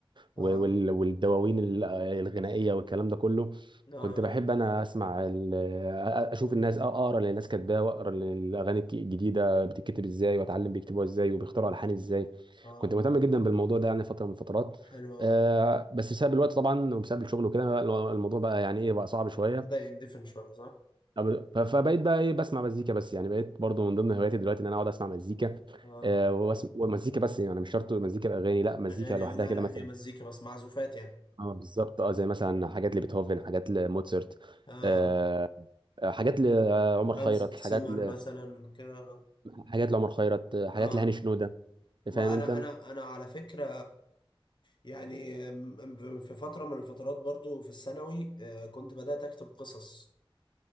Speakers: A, on the left; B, on the right.
A: اه
B: و- وال... والدواوين ال- الغنائيه والكلام ده كله
A: اه
B: كنت بحب انا اسمع ال... اشوف الناس اقرا اللي الناس كاتباه واقرا اللي الاغاني الك- الجديده بتتكتب ازاي واتعلم بيكتبوها ازاي وبيختاروا الحان ازاي
A: اه
B: كنت مهتم جدا بالموضوع ده يعني فتره من الفترات
A: حلو قوي
B: آه، بس بسبب الوقت طبعا وبسبب الشغل وكده الموضوع بقى يعني ايه بقى صعب شويه
A: بدا يندفن شويه صح
B: طب- ف- فبقيت بقى ايه بسمع مزيكا بس يعني بقيت برضو من ضمن هواياتي دلوقتي ان انا اقعد اسمع مزيكا
A: اه
B: آه وبس- ومزيكا بس يعني مش شرط مزيكا باغاني لا مزيكا
A: اغاني
B: لوحدها
A: اه لا
B: كده
A: لا
B: مثلا
A: هي مزيكا بس معزوفات يعني
B: اه بالظبط اه زي مثلا حاجات لبيتهوفن حاجات لموتسرت
A: اه
B: آه
A: اه
B: آه، حاجات لعمر
A: هانز
B: خيرت حاجات
A: سيمر
B: ل...
A: مثلا كده اه
B: حاجات لعمر خيرت آه، حاجات
A: آه.
B: لهاني شنودة
A: وانا
B: فاهم انت
A: انا انا على فكره يعني م- في فتره من الفترات برضو في الثانوي آه، كنت بدات اكتب قصص